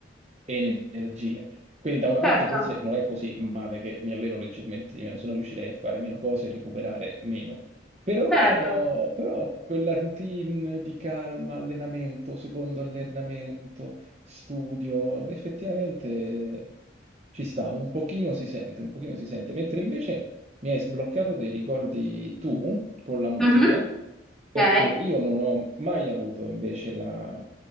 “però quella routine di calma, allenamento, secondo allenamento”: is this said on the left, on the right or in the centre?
Right